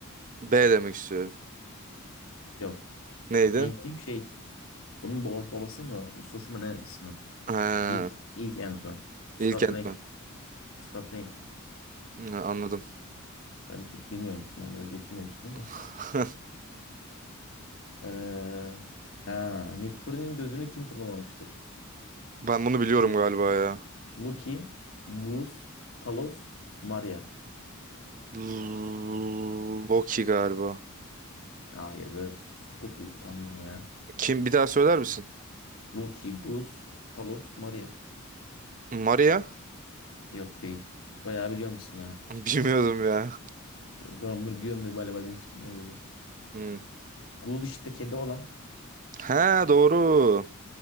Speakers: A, on the right; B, on the left.
A: B demek istiyorum.
B: Yok.
A: Neydi?
B: Hank Pym şey, bunun babası, babası mı, ustası mı ne ismi?
A: Ha,
B: İlk, ilk Ant-Man. Scott
A: ilk Ant-Man.
B: Lang, Scott Lang.
A: Ha, anladım.
B: Sen bi- bilmiyor musun? Ben biraz geçeyim demiştim
A: <laughs>
B: ama. Ee, ha, Nick Fury'nin gözünü kim tırmalamıştır?
A: Ben bunu biliyorum
B: Lu-
A: galiba ya.
B: Loki, Goose, Talos, Maria.
A: L- Loki galiba.
B: Hayır be çok kötü tahmin ya.
A: Kim bir daha söyler misin?
B: Loki, Goose, Talos, Maria.
A: Maria?
B: Yok değil. Bayağı biliyor musun ha?
A: <laughs> Bilmiyordum ya.
B: Ben bunu biliyorum diye galiba demiştin ya o yüzden.
A: Hmm.
B: Gus işte kedi olan.
A: He doğru.